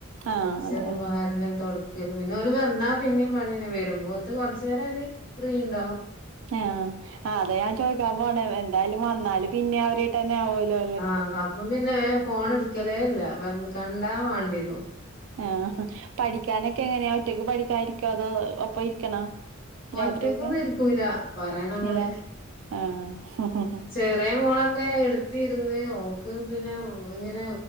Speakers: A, on the right; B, on the left.
A: ആഹ്
B: അടിച്ചലും,
A: അതെ
B: വാരലൊക്കെ തൊട്ക്കലും പിന്നെ ഓര് വന്നാ പിന്നിം പണിയെന്നെ വരുമ്പോത്ത് കൊർച്ചേരൊരു ഫ്രീയ്ണ്ടാവും
A: ആഹ് അത് ഞാൻ ചോയ്ക്കാം പോണെ എന്തായാലും വന്നാല് പിന്നെ അവരുവായിട്ടെന്നെ ആവോല്ലോ
B: ആഹ് അപ്പൊ പിന്നെ വേം ഫോണ് ഇട്ക്കെലേല്ല്യ വന്നാ കണ്ടാ മാണ്ടിയെരും
A: ആഹ് പഠിക്കാനൊക്കെങ്ങനെയാ ഒറ്റക്ക് പഠിക്കാരിക്കോ അതോ ഒപ്പം ഇരിക്കണോ?
B: ഒറ്റക്കൊന്നും
A: രാത്രിയൊക്കെ
B: ഇരിക്കൂല പറയണെങ്ങനെ
A: ഇല്ലാല്ലേ ആഹ്
B: ചെറിയ മോളൊക്കെ എടു തീരുന്ന് ഓക്ക് പിന്നെ ഇങ്ങനെ